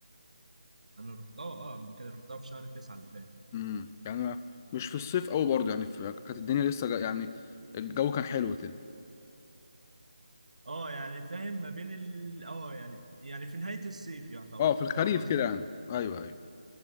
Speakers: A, on the right (about 70°); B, on the left (about 20°).
A: انا رحتها اه قبل كده رحتها في شهر تسعة اللي فات
B: امم يعني مش في الصيف قوي برضه يعني في... كانت الدنيا لسه جا... يعني الجو كان حلو كده
A: اه يعني فاهم ما بين ال اه يعني يعني في نهاية الصيف يعتبر
B: اه في الخريف
A: فاهم قصدي
B: كده يعني ايوه ايوه